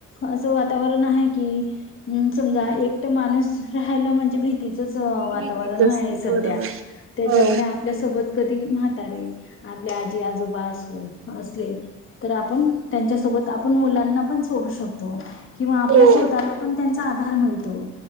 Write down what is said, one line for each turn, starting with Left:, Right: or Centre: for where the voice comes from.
Left: असं वातावरण आहे की. हम्म समजा एकट माणूस राहायला म्हणजे भीतीच. भीतीच वातावरण
Right: भीतीच असते
Left: आहे सध्या,
Right: बरोबर
Left: त्याच्यामुळे
Right: हो
Left: आप आपल्या सोबत कधी म्हातारे, आपल्या आजी आजोबा असो असले. तर आपण त्यांच्यासोबत, आपण मुलांना पण, सोडू शकतो किंवा आपल्या
Right: हो
Left: स्वतःला सुद्धा त्यांचा आधार मिळतो